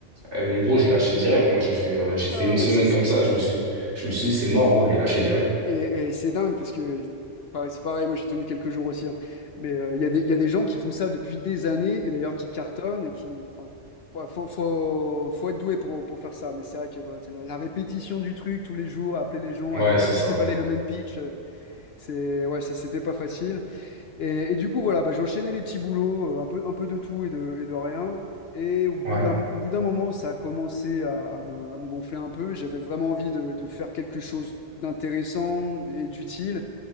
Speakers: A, on the right; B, on the left.
A: eh, Mais gros, j'ai lâché direct. Moi, j'ai fait, euh,
B: <laughs>
A: j'ai
B: Ah
A: fait une
B: ouais,
A: semaine
B: c'est
A: comme ça. Je me suis, je me suis dit, c'est mort, gros, j'ai lâché direct.
B: Et, et c'est dingue parce que pareil, c'est pareil, moi j'ai tenu quelques jours aussi. hein. Mais euh, il y a des, il y a des gens qui font ça depuis des années et d'ailleurs qui cartonnent et qui. Enfin, ouais, faut, faut, faut être doué pour, pour faire ça. Mais c'est vrai que voilà, c'est la, la répétition du truc tous les jours, appeler les gens
A: Ouais,
B: à, déba-
A: c'est ça.
B: à déballer le même pitch, euh, c'est, ouais, c'est- c'était pas facile. Et, et du coup, voilà, bah, j'enchaînais les petits boulots, euh, un peu, un peu de tout et de, et de rien. Et au bout
A: Ouais,
B: d'un, au bout d'un moment, ça a commencé à, à me, à me gonfler un peu. J'avais vraiment envie de, de faire quelque chose d'intéressant et d'utile,